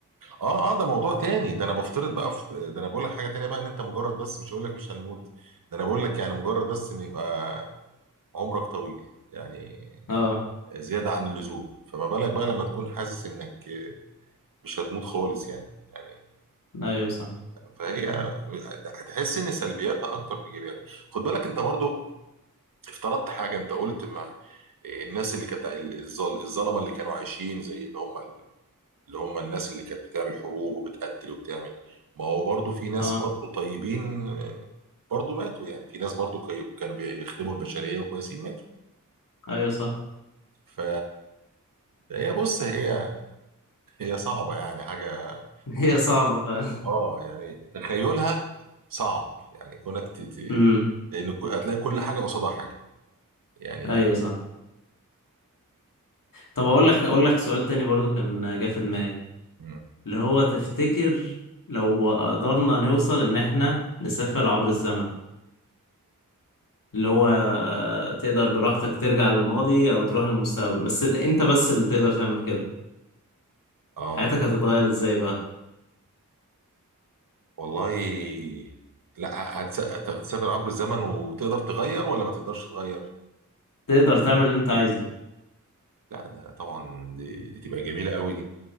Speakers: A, on the right (about 80°); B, on the left (about 75°).
A: اه اه ده موضوع تاني ده انا بفترض بقى في ده انا بقول لك حاجه تانية بقى ان انت مجرد بس مش هقول لك مش هنموت ده انا بقول لك يعني مجرد بس ان يبقى عمرك طويل يعني
B: اه
A: زياده عن اللزوم فما بالك بقى لما تكون حاسس انك آه، مش هتموت خالص يعني يعني
B: ايوه صح
A: فهي هتحس ان سلبياتها اكتر من ايجابياتها خد بالك انت برضو افترضت حاجه انت قلت ما الناس اللي كانت الظل- الظلمه اللي كانوا عايشين زي اللي هم اللي هم الناس اللي كانت بتعمل حروب وبتقتل وبتعمل ما هو برضو في ناس
B: اه
A: برضو طيبين آه، برضو ماتوا يعني في ناس برضو كي- كانوا بيخدموا البشريه وكويسين ماتوا
B: ايوه صح
A: ف هي بص هي هي صعبه يعني حاجه
B: <laughs> هي صعبة فعلا
A: اه يعني تخيلها صعب يعني كونك ت... ت-
B: امم
A: لان هتلاقي كل حاجه قصادها حاجه يعني
B: ايوه صح طب اقول لك اقول لك سؤال تاني برضو كان جه في دماغي
A: مم.
B: اللي هو تفتكر لو قدرنا نوصل ان احنا نسافر عبر الزمن اللي هو آه، تقدر براحتك ترجع للماضي او تروح للمستقبل بس ده انت بس اللي تقدر تعمل كده
A: اه
B: حياتك هتتغير ازاي بقى
A: والله لا هتس- هتسافر عبر الزمن وتقدر تغير ولا ما تقدرش تغير
B: تقدر تعمل اللي انت عايزه
A: لا ده طبعا دي, دي تبقى جميلة قوي دي